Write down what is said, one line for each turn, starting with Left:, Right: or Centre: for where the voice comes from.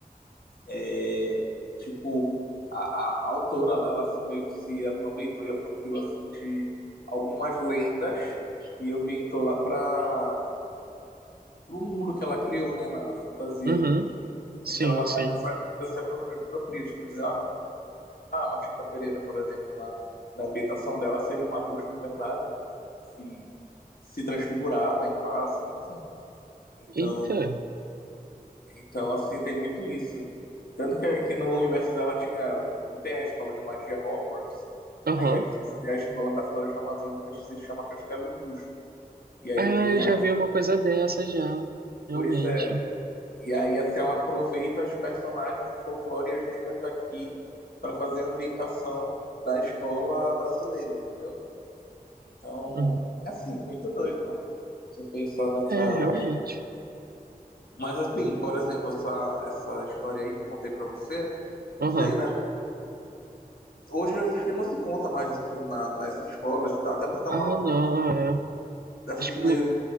Left: é, tipo, a, a, a autora lá, ela se- meio que se aproveitou e apropriou, assim, de algumas lendas e ambientou lá pra pro mundo que ela criou, né, na, na fantasia
Right: Uhum,
Left: ali.
Right: sim,
Left: Então ela
Right: sim.
Left: pega essa fantasia própria, própria, tipo, dizer, ah, a Matilda Pereira, por exemplo, na, na ambientação dela seria uma bruxa de verdade, né, que, que se transfigurava em pássaro, enfim. Então,
Right: Eita,
Left: então assim, tem muito isso. Tanto que, que no universo dela tinha, tem a escola de magia Hogwarts,
Right: aham.
Left: aí aqui seria a escola da Floresta Amazônica, que se chama Castelo Bruxo. E aí
Right: Ah,
Left: tem
Right: eu já
Left: a...
Right: vi uma coisa dessa já. Realmente.
Left: Pois é. E aí, assim, ela aproveita os personagens, o folclore e as lendas daqui para fazer a ambientação da escola brasileira, entendeu? Então,
Right: Uhum.
Left: é assim, muito doido, né? Você pensar nessa.
Right: É, realmente.
Left: Mas, assim, por exemplo, essa, essa história aí que eu contei para você,
Right: Aham.
Left: não sei, né? Hoje eu acho que não se conta mais isso na- nas escolas e tal, até porque
Right: Ah,
Left: é uma,
Right: não, é.
Left: assim,
Right: Acho que mudou.
Left: meio,